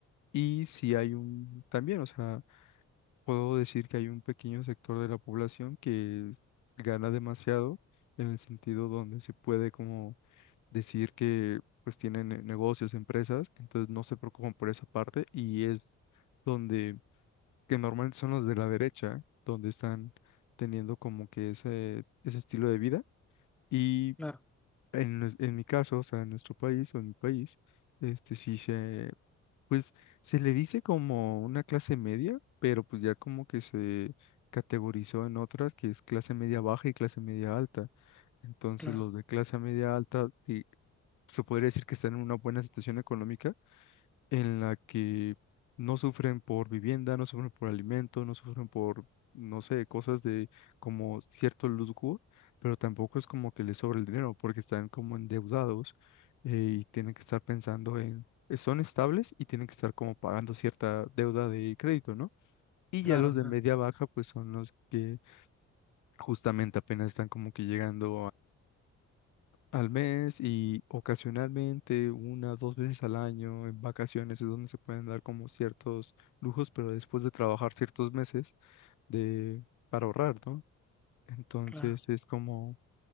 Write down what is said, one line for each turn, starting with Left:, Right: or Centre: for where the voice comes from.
Left: Y si hay un, también, o sea, puedo decir que hay un pequeño sector de la población que gana demasiado en el sentido donde se puede como decir que pues tienen eh, negocios, empresas, entonces no se preocupan por esa parte y es donde, que normalmente son los de la derecha, donde están teniendo como que ese, ese estilo de vida y
Centre: claro,
Left: en, nues- en mi caso, o sea, en nuestro país o en mi país, este sí se, pues se le dice como una clase media, pero pues ya como que se categorizó en otras que es clase media baja y clase media alta. Entonces
Centre: claro,
Left: los de clase media alta, di- se podría decir que están en una buena situación económica en la que no sufren por vivienda, no sufren por alimento, no sufren por, no sé, cosas de como cierto lujo, pero tampoco es como que les sobra el dinero porque están como endeudados eh, y tienen que estar pensando en, eh, son estables y tienen que estar como pagando cierta deuda de crédito, ¿no? Y
Centre: claro,
Left: ya los de
Centre: claro,
Left: media baja, pues son los que justamente apenas están como que llegando al mes y ocasionalmente una, dos veces al año, en vacaciones es donde se pueden dar como ciertos lujos, pero después de trabajar ciertos meses de, para ahorrar, ¿no? Entonces
Centre: claro.
Left: es como,